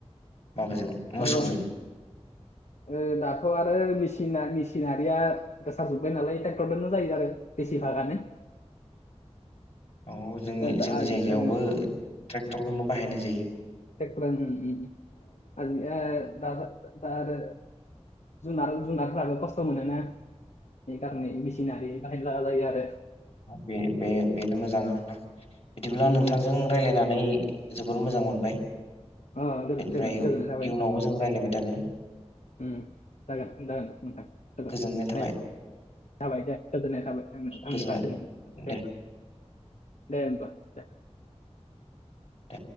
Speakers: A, on the left (about 60°); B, on the left (about 80°).
A: माबाजों मोसौजों
B: ओअ
A: <unintelligible>
B: ओ दाथ' आरो मेसिना मिसिनारिया गोसार जुबबाय नालाय ट्रेक्टरदोनो जायो आरो बेसि भागानो
A: औ जोंनि-जोंनि
B: ओ दा आजि
A: जायगायावबो
B: ओ
A: ट्रेक्टरखौनो बाहायनाय जायो
B: ट्रेक्टर उम उम <unintelligible> दा आरो जुनार-जुनारफोराबो खस्थ' मोनोना बे खारैनो मेसिनारि- बायनो लागा जायो आरो
A: बे-बे बेनो मोजां आरोना। बिदिब्ला
B: उम
A: नोंथांजों रायलायनानै जोबोर मोजां मोनबाय
B: अ गोजोन
A: बेनिफ्राय
B: गोजोन
A: इयुनावबो
B: गोजोननाय थाबाय नोंथां।
A: जों रायलायबाय थागोन।
B: उम जागोन जागोन नोंथां जागोन
A: गोजोननाय
B: नाय
A: थाबाय
B: जाबाय दे गोजोननाय थाबाय थांनो <inaudible>
A: गोजोनबाय
B: आंनि फारसे नोंनि
A: दे
B: <inaudible> दे होनबा दे
A: दे